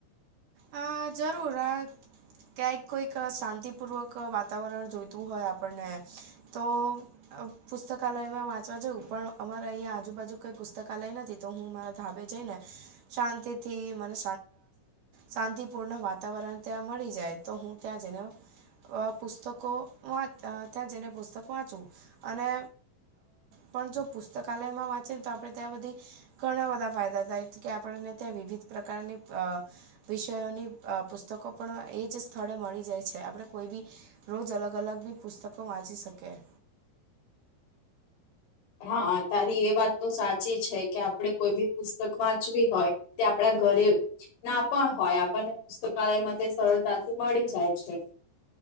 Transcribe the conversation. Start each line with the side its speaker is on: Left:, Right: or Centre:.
Right: હા જરૂર આ ક્યાંક કોઈક શાંતિપૂર્વક વાતાવરણ જોઈતું હોય આપણને તો પુસ્તકાલયમાં વાંચવા જઉં પણ અમારે અહીંયા આજુબાજુ કઈ પુસ્તકાલય નથી તો હું મારા ધાબે જઈ ને શાંતિ થી મને શાંતિપૂર્ણ વાતાવરણ ત્યાં મળી જાય તો હું ત્યાં જઈને પુસ્તકો વા ત્યાં જઈને પુસ્તક વાંચવું અને પણ જો પુસ્તકાલયમાં વાંચી ને તો આપણે ત્યાં બધી ઘણા બધા ફાયદા થાય કે આપણને ત્યાં વિવિધ પ્રકારની વિષયોની પુસ્તકો પણ એ જ સ્થળે મળી જાય છે આપણે કોઈ બી રોજ અલગ અલગ બી પુસ્તકો વાંચી શકે.
Left: હા, તારી એ વાત તો સાચી છે કે આપણે કોઈ બી પુસ્તક વાંચવી હોય તે આપણા ઘરે ના પણ હોય આપણને પુસ્તકાલયમાં તે સરળતાથી મળી જાય છે.